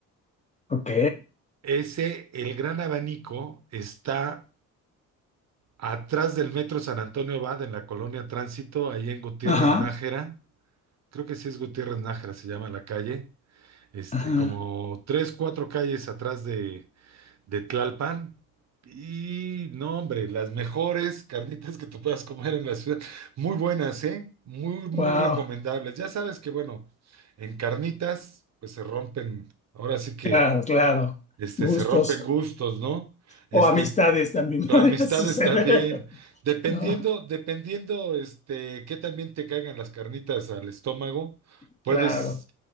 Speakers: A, on the left; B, on the right.
A: Ok,
B: Ese, el Gran Abanico está atrás del Metro San Antonio Abad, en la colonia Tránsito, ahí en Gutiérrez
A: ajá,
B: Nájera. creo que sí es Gutiérrez Nájera, se llama la calle, este,
A: ajá,
B: como tres, cuatro calles atrás de, de Tlalpan. Y no, hombre, las mejores carnitas que tú puedas comer en la ciudad, muy buenas, ¿eh? Muy, muy
A: wow,
B: recomendables. Ya sabes que, bueno, en carnitas, pues se rompen, ahora sí que,
A: claro, claro,
B: este,
A: gustos
B: se rompen gustos, ¿no? Este,
A: o amistades también
B: pero
A: <laughs> podría
B: amistades
A: suceder,
B: también, dependiendo,
A: ¿no?
B: dependiendo, este, que también te caigan las carnitas al estómago, puedes
A: Claro.